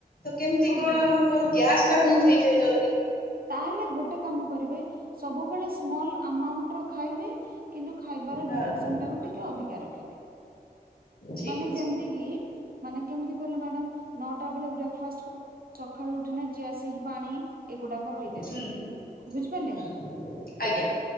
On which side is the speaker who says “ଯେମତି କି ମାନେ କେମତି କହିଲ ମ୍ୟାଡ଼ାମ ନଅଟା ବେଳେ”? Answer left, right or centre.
Right